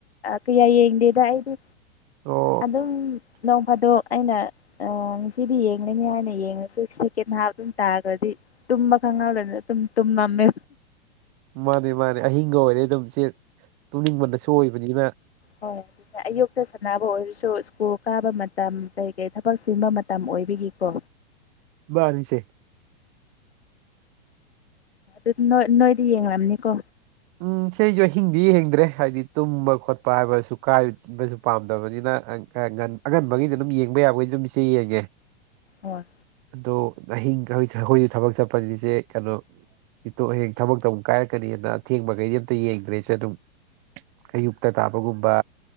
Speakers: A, on the left (about 75°); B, on the right (about 30°).
A: ꯀꯌꯥ ꯌꯦꯡꯗꯦꯗ ꯑꯩꯗꯤ
B: ꯑꯣ
A: ꯑꯗꯨꯝ ꯅꯣꯡꯃꯗ ꯑꯩꯅ ꯉꯁꯤꯗꯤ ꯌꯦꯡꯒꯅꯤ ꯍꯥꯏꯅ ꯌꯦꯡꯉꯁꯨ ꯁꯦꯀꯦꯟ ꯍꯥꯐ ꯑꯗꯨꯝ ꯇꯥꯈ꯭ꯔꯗꯤ ꯇꯨꯝꯕ ꯃꯉ ꯂꯩ ꯇ ꯃꯃꯦ
B: ꯃꯥꯅꯦ ꯃꯥꯅꯦ ꯑꯍꯤꯡꯒ ꯑꯣꯏꯔꯦ ꯑꯗꯨꯝ ꯏ ꯆꯦ ꯇꯨꯡꯅꯤꯡꯕꯗꯁꯨ ꯑꯣꯏꯕꯅꯤꯅ
A: ꯍꯣꯏ ꯑꯗꯨꯗꯤ ꯑꯌꯨꯛꯇ ꯁꯥꯟꯅꯕ ꯑꯣꯏꯔꯁꯨ ꯁ꯭ꯀꯨꯜ ꯀꯥꯕ ꯃꯇꯝ ꯀꯩ ꯀꯩ ꯊꯕꯛ ꯁꯤꯟꯕ ꯃꯇꯝ ꯑꯣꯏ ꯑꯣꯏꯕꯤꯒꯀꯣ
B: ꯅꯤꯁꯦ
A: ꯑꯗꯨ ꯅꯣꯏꯗꯤ ꯌꯦꯡꯂꯕꯅꯤꯀꯣ
B: ꯎꯝ ꯁꯤꯁꯨ ꯑꯍꯤꯡꯗꯤ ꯍꯡꯗ꯭ꯔꯦ ꯍꯥꯏꯕꯗꯤ ꯇꯨꯝꯕ ꯈꯣꯠꯄ ꯍꯥꯏꯕꯁꯨ ꯀꯥꯏꯕꯁꯨ ꯄꯥꯝꯗꯕꯅꯤꯅ ꯑꯉꯟꯕꯒꯤꯗꯤ ꯑꯗꯨꯝ ꯌꯦꯡꯕ ꯌꯥꯕꯒꯤ ꯑꯗꯨꯝ ꯏꯆꯦ ꯌꯦꯡꯉꯦ
A: ꯑ
B: ꯑꯗꯣ ꯑꯍꯤꯡ ꯑꯩꯈꯣꯏꯁꯨ ꯊꯕꯛ ꯆꯠꯄꯅꯤꯁꯦ ꯀꯩꯅꯣ ꯁꯤꯤꯇꯣꯛ ꯍꯌꯦꯡ ꯊꯕꯛꯇ ꯑꯃꯨꯛ ꯀꯥꯏꯔꯛꯀꯅꯤꯅ ꯑꯊꯦꯡꯕꯈꯩꯗꯤ ꯑꯝꯇ ꯌꯦꯡꯗ꯭ꯔꯦꯁꯦ ꯑꯗꯨꯝ ꯑꯌꯨꯛꯇ ꯇꯥꯕꯒꯨꯝꯕ